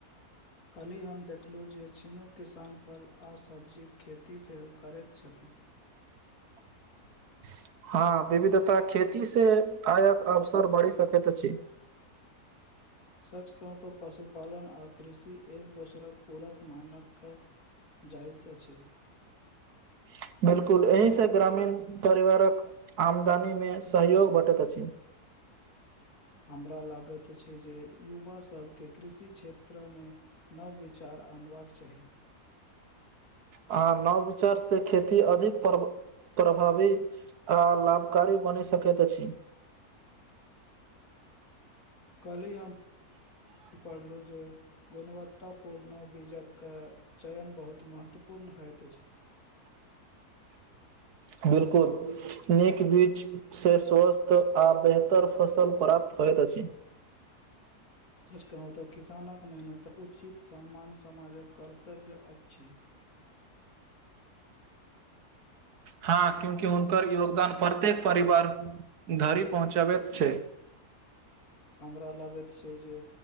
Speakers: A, on the left; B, on the right.
A: काल्हि हम देखलहुँ जे छिनू किसान फल आ सब्जीक खेती सेहो करैत छथि
B: <inaudible> हँ विविधता खेती से आयक अवसर बढ़ि सकैत अछि <inaudible>
A: सच कहू त पशुपालन आ कृषि एक दोसरक पूरक मानक क जाहित अछी
B: <unintelligible> बिल्कुल एहिसँ ग्रामीण परिवारक आमदनीमे सहयोग भेटैत अछि
A: हमरा लागैत अछि जे युवा सबके कृषि क्षेत्रमे नवविचार आनबाक चाही
B: ह नवविचार से खेती अधिक पर प्रभावी आ लाभकारी बनि सकैत अछि
A: कलहि हम
B: ह
A: पढ़लु जे गुणवत्तापूर्ण बीजकके चयन बहुत महत्वपूर्ण होइत अछि
B: <inaudible> बिलकुल नीक बीच से स्वस्थ आ बेहतर फसल प्राप्त होयत अछि <inaudible>
A: सच कहू त किसानक मेहनत उचित सम्मान समाजक कर्तव्य अच्छी
B: हँ क्यूंकि हुनकर योगदान प्रत्येक परिवार धरि पहुँचाबैत छै <inaudible>
A: हमरा लागैत छै जे